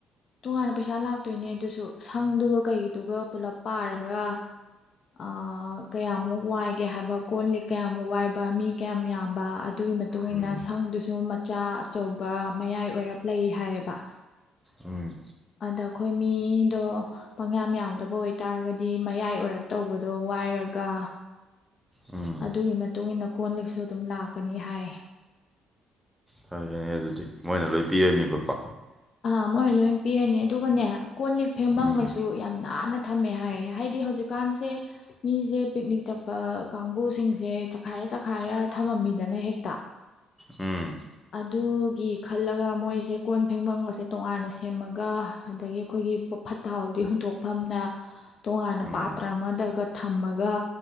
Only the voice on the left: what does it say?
ꯇꯣꯉꯥꯟꯅ ꯄꯩꯁꯥ ꯂꯥꯛꯇꯣꯏꯅꯦ ꯑꯗꯨꯁꯨ ꯁꯪꯗꯨꯒ ꯀꯩꯗꯨꯒ ꯄꯨꯂꯞ ꯄꯥꯔꯒ꯫ ꯑ ꯀꯌꯥꯃꯨꯛ ꯋꯥꯏꯒꯦ ꯍꯥꯏꯕ ꯀꯣꯜꯂꯤꯛ ꯀꯌꯥꯝꯃꯨꯛ ꯋꯥꯏꯕ ꯃꯤ ꯀꯌꯥꯝ ꯌꯥꯝꯕ ꯑꯗꯨꯒꯤ ꯃꯇꯨꯡꯏꯟꯅ
ꯁꯪꯗꯨꯁꯨ ꯆꯥ ꯑꯆꯧꯕ ꯃꯌꯥꯏ ꯑꯣꯏꯔꯞ ꯂꯩ ꯍꯥꯏꯌꯦꯕ꯫
ꯑꯗ ꯑꯈꯣꯏ ꯃꯤꯗꯣ ꯄꯪꯌꯥꯝ ꯌꯥꯝꯗꯕ ꯑꯣꯏꯇꯥꯔꯒꯗꯤ ꯃꯌꯥꯏ ꯑꯣꯏꯔꯞ ꯇꯧꯕꯗꯣ ꯋꯥꯏꯔꯒ
ꯑꯗꯨꯒꯤ ꯃꯇꯨꯡ ꯃꯇꯨꯡꯏꯟꯅ ꯀꯣꯟ ꯂꯤꯛꯁꯨ ꯑꯗꯨꯝ ꯂꯥꯛꯀꯅꯤ ꯍꯥꯏ꯫
ꯑꯥ ꯃꯣꯏ ꯂꯣꯏ ꯄꯤꯔꯅꯤ ꯑꯗꯨꯒꯅꯦ ꯀꯣꯜ ꯂꯤꯛ ꯐꯦꯡꯕꯝꯒꯁꯨ
ꯌꯥꯝ ꯅꯥꯟꯅ ꯊꯝꯃꯦ ꯍꯥꯏꯌꯦ ꯍꯥꯏꯗꯤ ꯍꯧꯖꯤꯛꯀꯥꯟꯁꯦ ꯃꯤꯁꯦ ꯄꯤꯛꯅꯤꯛ ꯆꯠꯄ ꯀꯥꯡꯕꯨꯁꯤꯡꯁꯦ ꯆꯈꯥꯏꯔ ꯆꯈꯥꯏꯔ ꯊꯝꯃꯝꯃꯤꯗꯅ ꯍꯦꯛꯇ꯫
ꯑꯗꯨꯒꯤ ꯈꯜꯂꯒ ꯃꯣꯏꯁꯦ ꯀꯣꯟ ꯐꯦꯡꯐꯝ ꯁꯦ ꯇꯣꯉꯥꯟꯅ ꯁꯦꯝꯃꯒ ꯑꯗꯒꯤ ꯑꯈꯣꯏꯒꯤ ꯐꯠꯇ ꯍꯥꯎꯗꯤ ꯍꯨꯟꯊꯣꯛꯐꯝꯅ ꯇꯣꯉꯥꯟꯅ
ꯄꯥꯇ꯭ꯔ ꯑꯃꯗꯒ ꯊꯝꯃꯒ